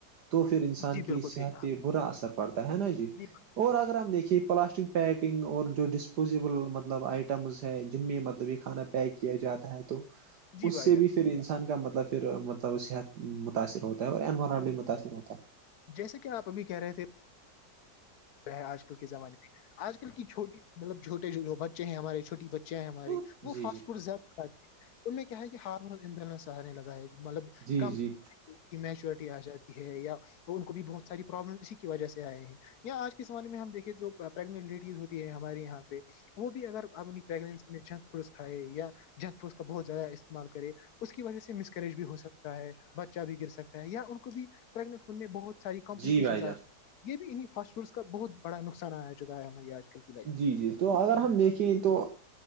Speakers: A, on the right (about 65°); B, on the left (about 65°).
A: تو پھر انسان
B: جی
A: کی
B: بالکل
A: صحت
B: صحیح کہا
A: پہ
B: آپ نے
A: برا اثر پڑتا ہے نا جی
B: بھائی جان
A: اور اگر دیکھیے پلاسٹک پیکنگ اور جو ڈسپوزیبل مطلب آئٹمز ہیں جن میں مطلب یہ کھانا پیک کیا جاتا ہے تو
B: جی
A: اس
B: بھائی
A: سے
B: جان
A: بھی پھر انسان کا مطلب پھر مطلب صحت متاثر ہوتا اور انوور بھی متاثر ہوتا ہے
B: جیسے کہ آپ ابھی کہہ رہے تھے ہے آج کل کے زمانے میں آج کل کی چھوٹی مطلب چھوٹے جو بچے ہیں ہمارے چوٹی بچے چ ہم
A: ہے
B: وہ
A: جی
B: فاسٹ
A: جی
B: فوڈ زیادہ کھاتی ان کیا ہے کہ ہاردر سہارے لگاائے مطلب
A: جی
B: کم
A: جی
B: میچورٹی آ جاتی ہے یا ان کو بھی بہت ساری پرابلم اسی کی وجہ سے آئے ہیں یااں آج کے زمانے میں ہم دیکے جو پریگنٹ لیڈیز ہوتی ہے ہمارے یہاں پہ وہ بھی اگر آپ اپنیگن میں جنک فوڈ کھائائے یا جنک فوڈس کا بہت زیادہ استعمال کرے اس کی وجہ سے مس کرریج بھی ہو سکتا ہے بچہا بھی گر سکتا ہے یا ان کو بھی پیگنٹ ہونے میں بہت ساری کمپلیکیشنز
A: جی بھائی جان
B: یہ بھی انہیں فاس فوس کا بہت بڑا نقصان آیا چکا ہے ہمارے آج کل کی لائف
A: جی
B: میں
A: جی تو اگر
B: جی
A: ہم دیکھیں تو